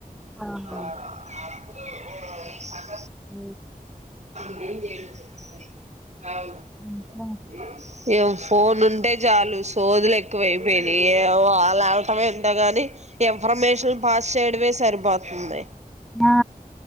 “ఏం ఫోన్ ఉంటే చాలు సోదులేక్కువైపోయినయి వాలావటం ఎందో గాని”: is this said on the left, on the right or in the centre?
Right